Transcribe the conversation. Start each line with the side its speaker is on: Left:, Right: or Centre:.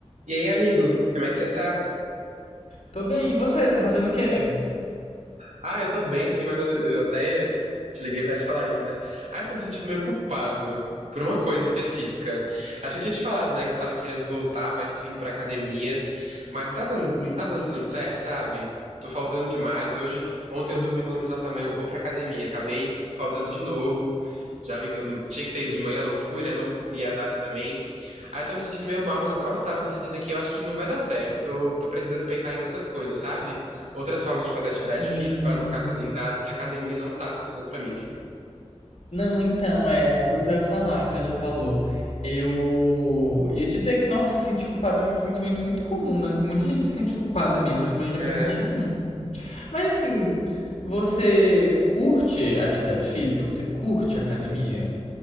Right: E aí, amigo, como é que você tá?
Left: Tô bem, e você? Tá fazendo o quê?
Right: Ah, eu tô bem, assim, mas eu, eu até te liguei pra te falar isso, né? Ah, eu tô me sentindo meio culpado por uma coisa específica. Acho que eu tinha te falado, né, que eu tava querendo voltar mais firme pra academia, mas não tá, tan- não tá dando tanto certo, sabe? Tô faltando demais. Hoje, ontem eu dormi falando assim, nossa, amanhã eu vou pra academia. Acabei faltando de novo. Já vi que eu não tinha que ter ido de manhã, não fui, né? Não vou conseguir ir à tarde também. Aí eu tô me sentindo meio mal, mas nossa, eu tava decidindo aqui, eu acho que não vai dar certo. Eu tô, tô precisando pensar em outras coisas, sabe? outras formas de fazer atividade
Left: Hum,
Right: física para não ficar sedentário, porque a academia não tá funcionando para mim.
Left: Não, então, é aquilo que eu ia falar, que você já falou. Eu ia te dizer que, nossa, se sentir culpada é um sentimento muito comum, né? Muita gente se sente culpada mesmo, eu também já me
Right: É,
Left: senti muito. Mas assim, você curte atividade física? Você curte academia?